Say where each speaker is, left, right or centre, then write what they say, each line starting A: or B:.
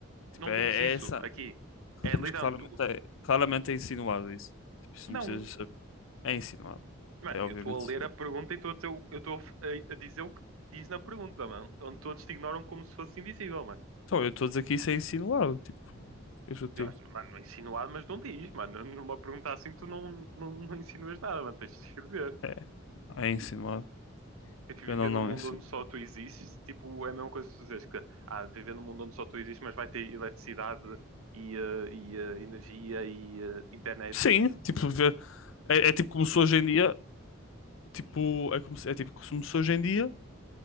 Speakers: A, on the left (about 70°); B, on the right (about 85°).
A: Tipo,
B: Não
A: é,
B: diz isso
A: é essa.
B: aqui. É literalmente
A: Mas claramente
B: tu.
A: é, claramente é insinuado isso. Tipo, isso
B: Não,
A: não precisas saber. É insinuado.
B: mano,
A: É obviamente
B: eu estou a
A: insinuado.
B: ler a pergunta e estou a dizer, o- eu estou a, f- a- a dizer o que diz na pergunta, mano. Onde todos te ignoram como se fosse invisível, mano.
A: Então, eu estou a dizer que isso é insinuado. Tipo, eu chutei.
B: Eu acho, mano, insinuado, mas não diz, mano. Numa pergunta assim, tu não, não, não insinuas nada, mano. Tens de escrever.
A: É. É insinuado.
B: Eu tipo,
A: Querendo
B: viver
A: ou não,
B: num mundo
A: é insinuado.
B: onde só tu existes, tipo, é a mesma coisa que tu dizes que, ah, viver num mundo onde só tu existes, mas vai ter eletricidade e, eh, e, eh, energia e eh, internet.
A: Sim, tipo, ver. É, é tipo como se hoje em dia. Tipo, é, como se, é tipo como se hoje em dia